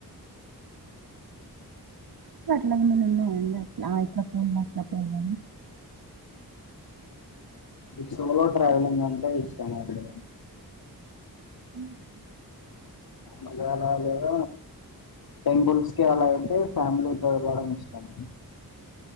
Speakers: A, on the right; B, on the left.
A: అట్లా ఏమన్న ఉన్నాయండి ఆ ఇట్లా ఫోన్లో పోలే
B: సోలో ట్ర్రావెలింగ్ అంటే ఇష్టమా అండి
A: అ <inaudible>
B: మళ్ళ అలా లేద టెంపుల్సకి అలా అంటే ఫ్యామిలీ తో వెళ్లడం ఇష్టం.